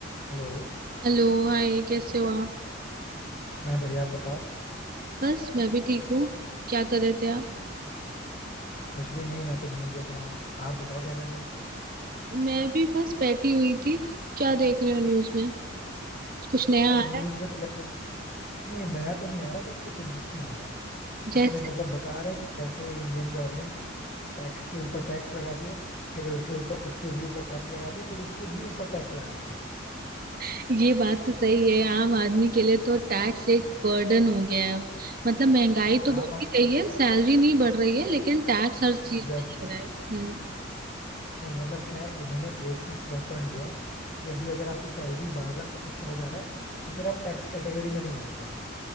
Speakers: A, on the left; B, on the right.
A: Hello
B: Hello hi कैसे हो आप
A: मैं बढ़िया आप बताओ
B: बस मैं भी ठीक हूँ क्या कर रहे थे आप
A: कुछ भी नहीं मैं तो न्यूज़ देख रहा हूँ आप बताओ क्या कर रहे हो
B: मैं भी बस बैठी हुई थी क्या देख रहे हो न्यूज़ में कुछ नया
A: अब
B: आ रहा
A: न्यूज़
B: है
A: में तो वैसे नहीं नया तो नहीं आ रहा बट कुछ इंटरेस्टिंग आ रहा है
B: जैसे
A: इसमें मतलब बता रहा है कि कैसे इंडियन गवर्नमेंट टैक्स के ऊपर टैक्स लगाती है फिर उसके ऊपर उसके भी ऊपर टैक्स लगाती है फिर उसके भी ऊपर टैक्स लगाती है
B: <laughs> ये बात तो सही है आम आदमी के लिए तो टैक्स एक बर्डन हो गया है अब मतलब महंगाई तो
A: आप
B: बढ़ती रही है सैलरी नहीं बढ़ रही है लेकिन टैक्स हर चीज
A: एग्जैक्टली
B: पर लग रहा है हम्म
A: नहीं मतलब क्या है इन्होंने एक चीज प्लस पॉइंट दिया है कि अभी अगर आपकी सैलरी बारह लाख पचहत्तर हजार है तो फिर आप टैक्स कैटेगरी में नहीं आते हो